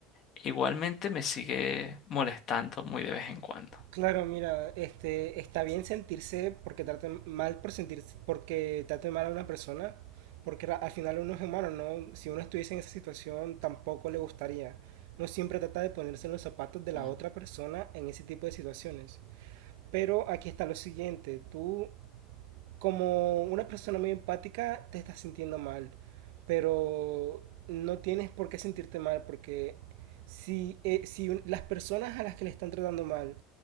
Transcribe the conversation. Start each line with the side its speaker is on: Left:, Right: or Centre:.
Left: igualmente me sigue molestando muy de vez en cuando.
Right: Claro, mira, este, está bien sentirse porque traten mal por sentirse, porque traten mal a una persona, porque ra- al final uno es humano, ¿no? Si uno estuviese en esa situación, tampoco le gustaría. Uno siempre trata de ponerse en los zapatos de la
Left: Mm.
Right: otra persona en ese tipo de situaciones. Pero aquí está lo siguiente, tú como una persona muy empática te estás sintiendo mal, pero no tienes por qué sentirte mal porque si, eh, si las personas a las que le están tratando mal